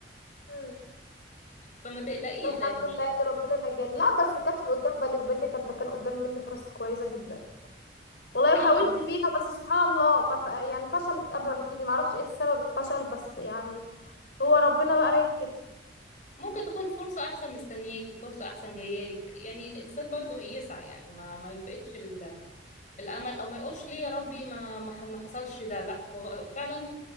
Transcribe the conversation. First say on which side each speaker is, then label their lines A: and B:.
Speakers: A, on the left; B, on the left.
A: مم.
B: فما تقلقيش
A: الحمد
B: لان
A: لله ان ربنا نجاني لا بس كانت في قدام بالي وبينك انا كان قدامي مني فرص كويسه جدا والله
B: ايوه
A: وحاولت فيها بس سبحان الله ما ف... يعني فشلت قبل ما تبتدي ما اعرفش ايه السبب الفشل بس يعني هو ربنا بقى رايد كده
B: ممكن تكون فرصة أحسن مستنياكي فرصة أحسن جايالك يعني الإنسان برضو يسعى يعني ما ما يفقدش ال- الأمل أو ما يقولش ليه يا ربي ما ما ح- ما حصلش ده لا هو فعلا